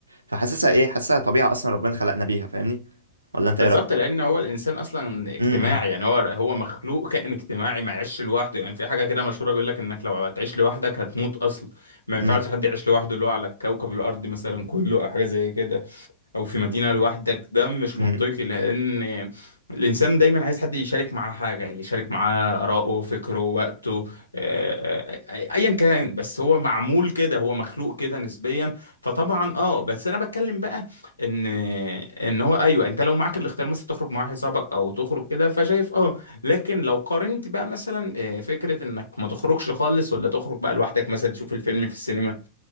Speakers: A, on the right; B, on the left.
A: فحاسسها ايه حاسسها طبيعة اصلا ربنا خلقنا بيها فاهمني ولا انت
B: بالظبط
A: ايه رأيك
B: لان هو الانسان اصلا اجتماعي
A: امم
B: يعني هو هو مخلوق كائن اجتماعي ما يعيش لوحده يعني في حاجه كده مشهوره بيقول لك انك لو هتعيش لوحدك هتموت اصلا ما ينفعش
A: امم
B: حد يعيش لوحده اللي هو على كوكب الارض مثلا كله او حاجه زي كده او في مدينة لوحدك ده مش
A: امم
B: منطقي لان الانسان دايما عايز حد يشارك معاه حاجة يشارك معاه آراءه فكره وقته آه، آه، آه، ايا كان بس هو معمول كده هو مخلوق كده نسبيا فطبعا اه بس انا بتكلم بقى ان ان هو ايوه انت لو معاك الاختيار مثلا تخرج مع واحد صاحبك او تخرج كده فشايف اه لكن لو قارنت بقى مثلا آه، فكرة انك ما تخرجش خالص ولا تخرج بقى لوحدك مثلا تشوف الفيلم في السينما